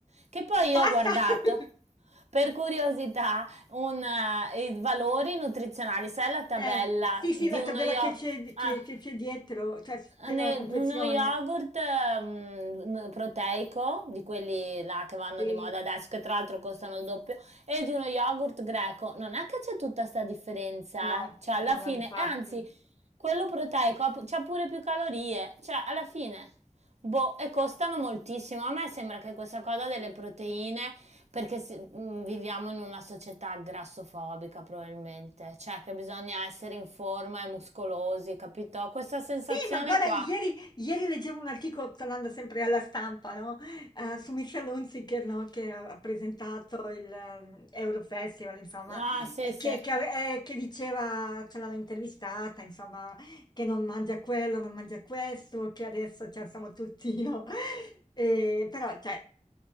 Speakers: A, on the right; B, on the left.
A: Che poi io
B: Passa!
A: ho guardato
B: <laughs>
A: per curiosità un, eh, i valori nutrizionali. Sai la tabella
B: Eh, sì, sì,
A: di
B: la tabella
A: uno yogurt?
B: che c'è
A: Ah,
B: che- che c'è dietro, cioè c'è
A: ne-
B: nella confezione.
A: uno yogurt mm, proteico, di quelli là che vanno
B: Sì,
A: di moda adesso, che tra l'altro costano il doppio, e di uno yogurt greco. Non è che c'è tutta sta differenza,
B: no,
A: eh. Cioè, alla
B: no,
A: fine,
B: no, infatti.
A: e anzi, quello proteico ha pu- c'ha pure più calorie, cioè, alla fine. Boh, e costano moltissimo. A me sembra che questa cosa delle proteine, perché si- mh, viviamo in una società grassofobica probabilmente, cioè che bisogna essere in forma e muscolosi, capito? Questa sensazione
B: Sì, ma guarda,
A: qua.
B: ieri, ieri leggevo un articolo, tornando sempre alla stampa, no? Eh, su Michel Hunziker, no? Che ha ha presentato il ehm, Eurofestival, insomma,
A: Ah, sì,
B: e
A: sì.
B: che, che ave- eh, che diceva, ce l'hanno intervistata, insomma, che non mangia quello, non mangia questo, che adesso ci siamo tutti, no? <laughs> Eh, però, cioè,